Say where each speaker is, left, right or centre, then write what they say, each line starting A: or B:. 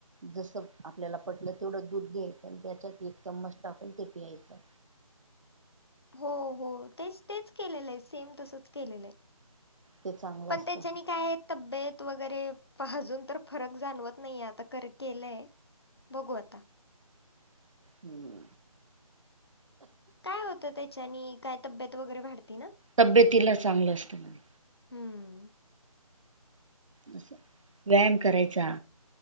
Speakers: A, on the right (about 55°); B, on the left (about 45°).
A: जसं आपल्याला पटलं तेवढं दूध घ्यायचं त्याच्यात एक चमच टाकून ते पियायचं.
B: हो हो तेच तेच केलेलं आहे सेम तसच केलेलं आहे.
A: ते चांगलं
B: पण
A: असतं
B: त्याच्यानी काय- तब्येत वगैरे अजून तर फरक जाणवत नाहीे आता कर केलंय. बघू आता.
A: हम्म
B: काय होतं त्याच्यानी काय तब्येत वगैरे वाढती ना.
A: तब्येतीला चांगलं असतं म्हणे.
B: हम्म
A: असं व्यायाम करायचा.